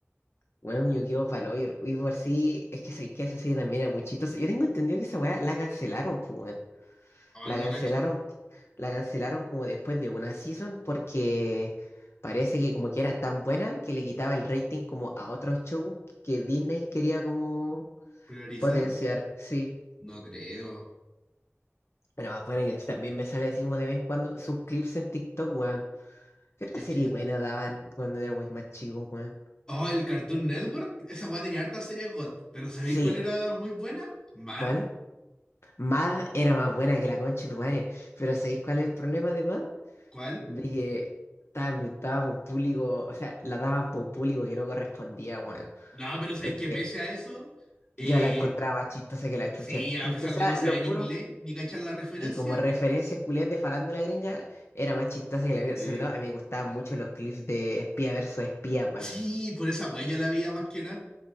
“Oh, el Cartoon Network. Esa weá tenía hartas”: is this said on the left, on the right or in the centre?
Left